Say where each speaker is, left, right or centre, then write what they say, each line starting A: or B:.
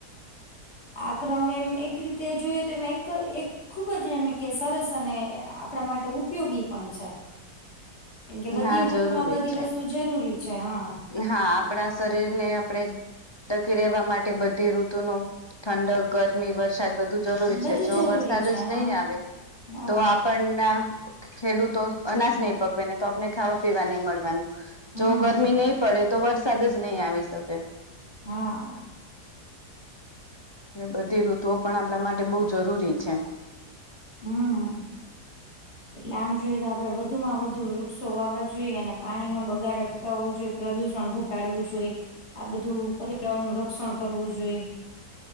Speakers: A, on the left; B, on the left.
A: આ ક્રમે એમ એક રીતે જોયું તો એ એક ખુબ જ એમ કે સરસ અને આપણા માટે ઉપયોગી પણ છે. કેમ કે બધી
B: હા
A: ઋતુ
B: જરૂરી
A: માં બધી
B: છે
A: વસ્તુ જરૂરી છે, હા
B: હા આપણા શરીર ને આપણેે ટકી રહેવા માટે બધી ઋતુ ન ઠંડક ગરમી વરસાદ બધું જરૂરી
A: બધું
B: છે જો
A: જરૂરી
B: વરસાદ
A: છે
B: જ
A: હા
B: નહીં આવે
A: હા
B: તો આપણના ખેડૂતો અનાજ નહી પકવે ને તો આપને ખાવા પીવા નહી મળવાનું
A: હમ
B: જો ગરમી નહી ડે તો વરસાદ જ નહીં આવી શકે
A: હા
B: બધી ઋતુઓ પણ આપણા માટે બઉ જરૂરી છે,
A: હમ આમ જોયએ તો આપડે વધુ માં વધુ વૃક્ષો વાવા જોઈએ અને પાણીનો બગાડો થવું જોઈએ પ્રદુષણ ઘટાડવું જોઈ આ બધું પર્યાવરણ નું રક્ષણ કરવું જોઈ